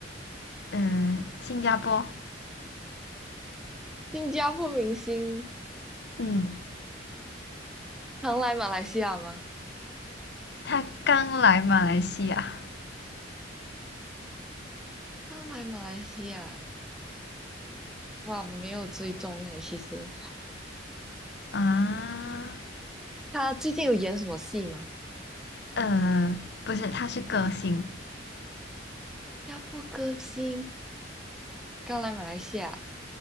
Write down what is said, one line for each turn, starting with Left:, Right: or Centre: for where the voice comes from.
Left: 嗯，新加坡，
Centre: 新加坡明星
Left: 嗯，
Centre: 常来马来西亚吗？
Left: 他刚来马来西亚
Centre: 刚来马来西亚，哇，我没有追踪诶，其实
Left: 啊，
Centre: 他最近有演什么戏吗？
Left: 呃，不是，他是歌星，
Centre: 压迫歌星刚来马来西亚，